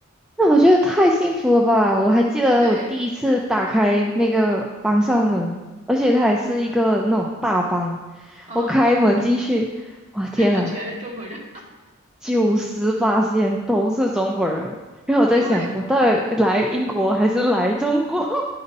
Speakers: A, in the centre; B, on the right.
A: 那我觉得太幸福了吧！我还记得我第一次打开那个班上门，
B: 对，
A: 而且它还是一个那种大班，
B: 啊，
A: 我开门进去，哇天啊，
B: <laughs> 全是中国人，<laughs>
A: 九十八仙都是中国人，然后我在想，
B: 因为
A: 我到底来英国还是来中国？